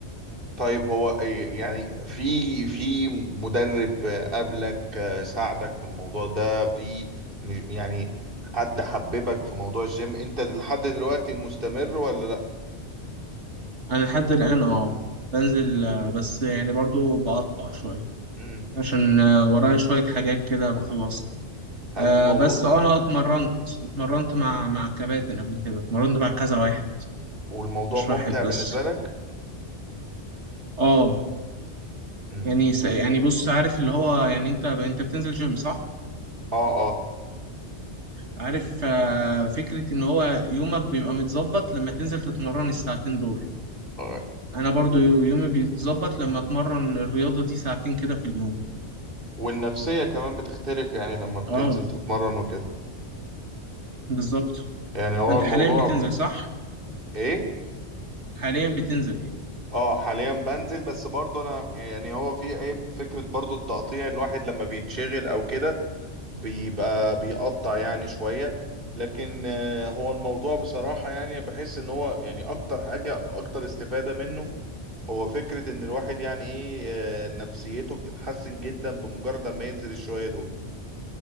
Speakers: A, on the right; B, on the right.
A: طيب هو إيه يعني في في مدرب قبلك ساعدك في الموضوع ده في مش- يعني حد حببك في موضوع الجيم انت لحد دلوقتي مستمر ولا لا
B: انا لحد الان اه بنزل آه، بس يعني برضو بقطع شويه
A: مم.
B: عشان آه، ورايا شويه حاجات كده بخلصها
A: هل
B: آه
A: الموضوع
B: بس آه، انا اتمرنت اتمرنت مع مع كباتن قبل كده اتمرنت مع كذا واحد
A: والموضوع
B: مش
A: ممتع
B: واحد
A: بالنسبة
B: بس
A: لك
B: اه
A: مم.
B: يعني س- يعني بص عارف اللي هو يعني انت انت بتنزل جيم صح
A: اه اه
B: عارف آه، فكرة إن هو يومك بيبقى متظبط لما تنزل تتمرن الساعتين دول
A: آه.
B: أنا برضو
A: و-
B: يومي بيتظبط لما أتمرن الرياضة دي ساعتين كده في اليوم
A: والنفسية كمان بتختلف يعني لما بتنزل
B: آه
A: تتمرن وكده
B: بالظبط
A: يعني هو
B: أنت
A: الموضوع
B: حاليا بتنزل
A: ب...
B: صح؟
A: ايه
B: حاليا بتنزل
A: اه حاليا بنزل بس برضه انا يعني هو في عيب فكرة برضه التقطيع الواحد لما بيتشغل او كده بيبقى بيقطع يعني شوية لكن آه، هو الموضوع بصراحة يعني بحس ان هو يعني اكتر حاجة اكتر استفادة منه هو فكرة ان الواحد يعني ايه آه، نفسيته بتتحسن جدا بمجرد ما ينزل الشوية دول